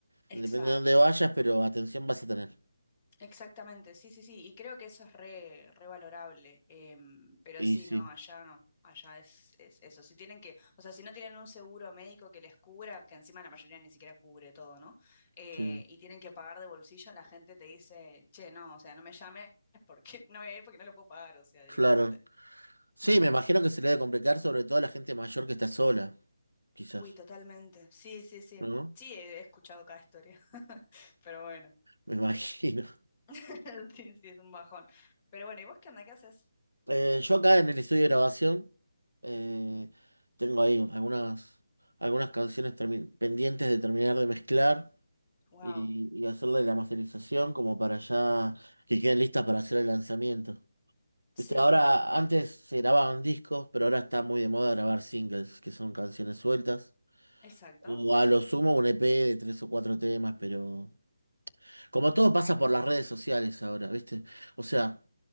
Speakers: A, on the left; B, on the right.
A: Exacto.
B: depende de dónde vayas, pero atención vas a tener.
A: Exactamente, sí, sí, sí, y creo que eso es re, re valorable, em, pero
B: Y
A: sí,
B: sí,
A: no, allá no, allá es, es eso, si tienen que, o sea, si no tienen un seguro médico que les cubra, que encima la mayoría ni siquiera cubre todo, ¿no? Eh,
B: sí,
A: y tienen que pagar de bolsillo, la gente te dice, che, no, o sea, no me llames porque <laughs> no voy a ir porque no lo puedo pagar, o sea, directamente.
B: claro. Sí,
A: Mm.
B: me imagino que se le debe complicar sobre todo a la gente mayor que está sola, quizás,
A: Uy, totalmente, sí, sí, sí,
B: ¿no?
A: sí, he escuchado cada historia, <laughs> pero bueno,
B: Me <laughs> imagino.
A: <laughs> sí, sí, es un bajón, pero bueno, ¿y vos qué onda, qué haces?
B: Eh, yo acá en el estudio de grabación eh, tengo ahí algunas, algunas canciones termi- pendientes de terminar de mezclar.
A: Wow,
B: y, y hacerle la masterización como para ya que queden listas para hacer el lanzamiento.
A: sí.
B: Viste, ahora antes se grababan discos, pero ahora está muy de moda grabar singles, que son canciones sueltas.
A: Exacto,
B: O a lo sumo un EP de tres o cuatro temas, pero como todo pasa por las redes sociales ahora, ¿viste? O sea,